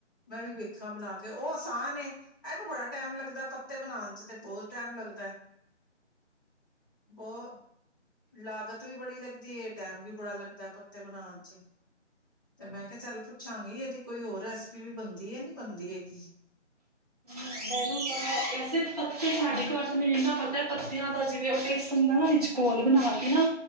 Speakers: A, on the left; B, on the right.
A: ਮੈਂ ਵੀ ਵੇਖਾਂ ਬਣਾ ਕੇ ਉਹ ਆਸਾਨ ਏ ਇਹਨੂੰ ਬੜਾ ਟੈਮ ਲੱਗਦਾ ਪੱਤੇ ਬਣਾਉਣ ਚ ਤੇ ਬਹੁਤ ਟੈਮ ਲੱਗਦਾ। ਬਹੁਤ ਲਾਗਤ ਵੀ ਬੜੀ ਲੱਗਦੀ ਏ, ਟੈਮ ਵੀ ਬੜਾ ਲੱਗਦਾ ਐ ਪੱਤੇ ਬਣਾਉਣ ਚ, ਤੇ ਮੈਂ ਕਿਆ ਚੱਲ ਪੁੱਛਾਂਗੀ ਇਹਦੀ ਕੋਈ ਹੋਰ ਰੈਸਪੀ ਵੀ ਬਣਦੀ ਐ, ਨੀਂ ਬਣਦੀ ਹੈਗੀ?
B: <unintelligible> ਮੈਨੂੰ ਪਤਾ ਵੈਸੇ ਪੱਤੇ ਸਾਡੇ ਘਰ ਚ ਮੈਨੂੰ ਐਨਾਂ ਪਤਾ ਪੱਤਿਆਂ ਦਾ ਜਿਵੇਂ ਉਹ ਟੇਸ ਹੁੰਦਾ ਦਾ ਨਾ ਵਿਚ ਕੋੋਲ ਬਣਾ ਕੇ ਨਾ